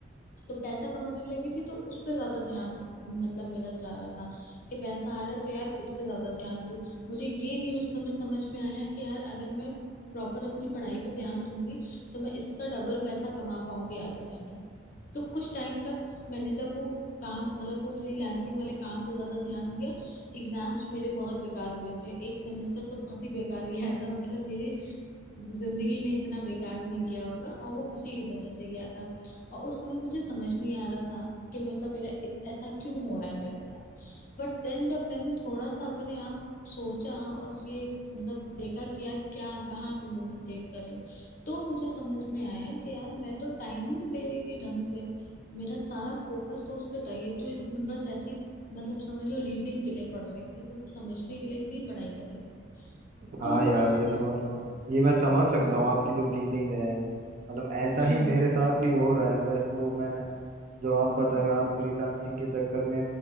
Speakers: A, on the left; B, on the right.
A: तो पैसा कमाने लगी थी तो उस पे ज्यादा ध्यान मतलब मेरा जा रहा था कि पैसा आ रहा है तो यार इस पे ज्यादा ध्यान दूं मुझे ये नहीं उस समय समझ में आया कि यार अगर मैं प्रॉपर अपनी पढ़ाई पे ध्यान दूंगी तो मैं इसका डबल पैसा कमा पाऊंगी आगे जाके तो कुछ टाइम तक मैंने जब वो काम मतलब वो फ्रीलांसिंग वाले काम पे ज्यादा ध्यान दिया एग्जाम्स मेरे बहुत बेकार हुए थे एक सेमेस्टर तो बहुत ही बेकार गया था मतलब मेरी जिंदगी में इतना बेकार नहीं गया होगा और वो उसी की वजह से गया था और उस समय मुझे समझ नहीं आ रहा था कि मतलब मेरा इत, ऐसा क्यों हो रहा है मेरे साथ बट देन जब मैंने थोड़ा सा अपने आप सोचा और ये मतलब देखा कि यार क्या कहाँ पे मैं मिस्टेक कर रही हूँ तो मुझे समझ में आया कि यार मैं तो टाइम ही नहीं दे रही थी ढंग से मेरा सारा फोकस तो उस पे था ये तो मैं बस ऐसी मतलब समझ लो रीडिंग के लिए पढ़ रही थी सिर्फ समझने के लिए नहीं पढ़ाई कर रही थी
B: हाँ
A: तो मुझे
B: यार
A: समझ
B: ये तो मतलब ये मैं समझ सकता
A: हम्म
B: हूँ आपकी जो फीलिंग है मतलब ऐसा
A: हम्म,
B: ही मेरे साथ भी हो रहा है बस वो मैं जो आप बता रहे हो आप फ्रीलांसिंग के चक्कर में